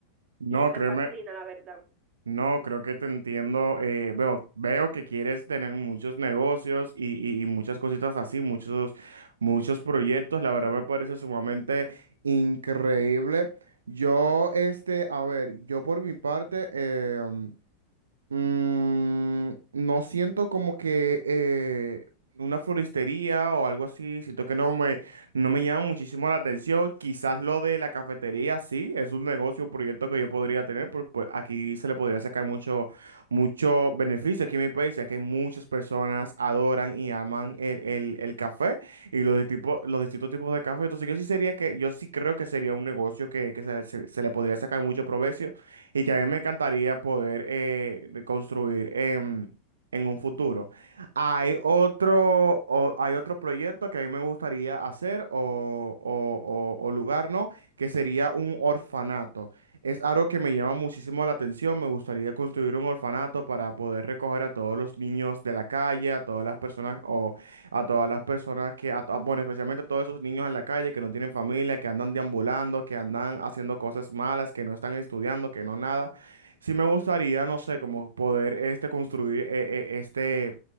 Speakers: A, on the right (about 70°); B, on the right (about 30°).
A: No,
B: y me
A: créeme,
B: fascina, la verdad.
A: no, creo que te entiendo. eh, veo, veo que quieres tener muchos negocios y, y- y muchas cositas así, muchos, muchos proyectos. La verdad me parece sumamente increíble. Yo, este, a ver, yo por mi parte, em, Mm, no siento como que eh, una floristería o algo así, siento que no me, no me llama muchísimo la atención. Quizás lo de la cafetería sí, es un negocio, un proyecto que yo podría tener, pues, pues aquí se le podría sacar mucho, mucho beneficio aquí en mi país, ya que muchas personas adoran y aman el, el, el café y los, de tipo, los distintos tipos de café. Entonces yo sí sería que, yo sí creo que sería un negocio que, que se, se se le podría sacar mucho provecho y que a mí me encantaría poder eh, reconstruir en, en un futuro. Hay otro, o- hay otro proyecto que a mí me gustaría hacer o, o- o- o lugar, ¿no? Que sería un orfanato. Es algo que me llama muchísimo la atención. Me gustaría construir un orfanato para poder recoger a todos los niños de la calle, a todas las personas o a todas las personas que, a to- bueno, especialmente a todos esos niños en la calle que no tienen familia, que andan deambulando, que andan haciendo cosas malas, que no están estudiando, que no nada. Sí me gustaría, no sé, como poder este construir eh, eh, este